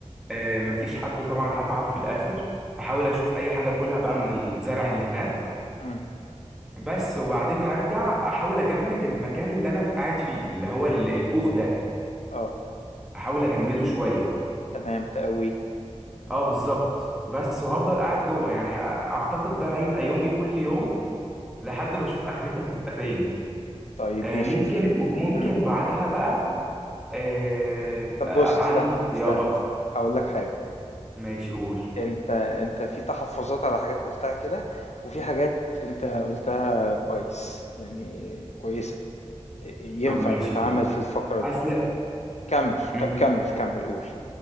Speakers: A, in the centre; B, on the left.
A: آه، مفيش حد طبعا هتعب في الاخر هحاول اشوف اي حاجه اكلها بقى من الزرع اللي هناك
B: إمم،
A: بس وبعدين هرجع احاول اجمد المكان اللي انا قاعد فيه اللي هو ال- الكوخ ده
B: آه،
A: احاول اجمده شويه
B: تمام تقويه،
A: اه بالظبط بس وهفضل قاعد جوه يعني أ- اعتقد ده هيبقى يومي كل يوم لحد ما اشوف اخرتي هتبقى فين
B: طيب
A: آه،
B: ماشي
A: ممكن
B: في
A: م- ممكن
B: إمم،
A: بعدها بقى آه،
B: طب
A: اتعلم
B: بُص استنى،
A: الصياده
B: استنى، هاقول لك حاجة.
A: ماشي قول
B: أنت أنت في تحفظات على حاجات قُلتها كده، وفي حاجات أنت قُلتها كويس، يعني كويسة، آآ ينفع
A: طب ماشي
B: تتعمل
A: قول
B: في الفقرة دي.
A: اصل
B: كمّل،
A: م.
B: طَب كمّل، كمّل قُل.